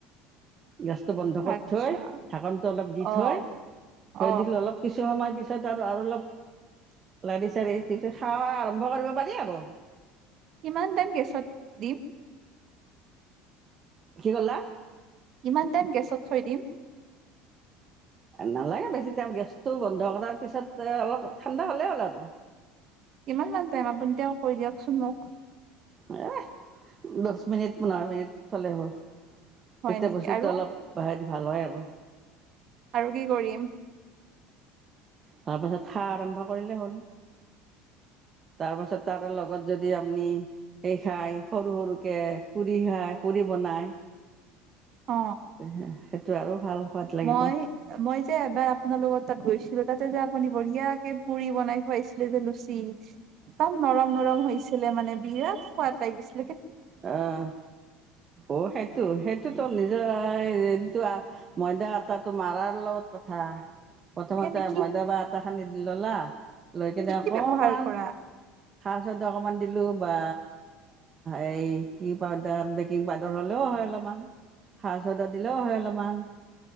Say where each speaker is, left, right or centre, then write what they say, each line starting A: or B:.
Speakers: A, on the right; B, on the right.
A: গেছটো বন্ধ কৰি
B: আচ্ছা
A: থৈ, ঢাকনটো অলপ দি
B: অ
A: থৈ,
B: অ
A: থৈ দিলে অলপ কিছু সময় পি-। আৰু অলপ লাৰি চাৰি খোৱা আৰম্ভ কৰিব পাৰি আৰু।
B: কিমান টাইম গেছত দিম?
A: কি ক'লা?
B: কিমান টাইম গেছত থৈ দিম?
A: নালাগে বেছি টাইম গেছটো বন্ধ কৰাৰ পিছত অলপ ঠাণ্ডা হ'লেই হ'ল আৰু।
B: কিমান মান টাইম আপুনি তেওঁ কৈ দিয়কচোন মোক।
A: এ' দচ মিনিট পোন্ধৰ মিনিট থলে হ'ল। তেতিয়া
B: হয় নেকি
A: বস্তুত
B: আৰু
A: অলপ। ভাল হয় আৰু।
B: আৰু কি কৰিম?
A: তাৰপাছত সা আৰম্ভ কৰিলে হ'ল তাৰপাছত তাৰ লগত যদি আপুনি সেই খাই সৰু সৰুকে পুৰি খাই পুৰি বনাই।
B: অ
A: <unintelligible> সেইটো আৰু ভাল। সোৱাদ লাগিব
B: মই,
A: অঁ
B: মই যে এবাৰ আপোনালোকৰ তাত গৈছো। তাতে যে আপুনি বঢ়িয়াকে পুৰি বনাই খুৱাইছিলে যে লুচি। একদম নৰম নৰম হৈছিলে মানে বিৰাট সোৱাদ লাগিছিল।
A: অহ' অ' সেইটো সেইটোতো নিজ। যদি তোৰ ময়দা। টো মাৰাৰ লগত কথা প্ৰথমতে
B: কেনে কি
A: মইদা বা আটা। খানি দি ললা। লৈ কিনে
B: কি
A: অকমান।
B: কি ব্যৱহাৰ কৰা
A: চাৰ অকমান দিলো বা। এই কি পাউদাৰ বেকিং পাউদাৰ হ'লেও হয় অলমান হাৰ চাউডাৰ দিলেও হয় অলপমান।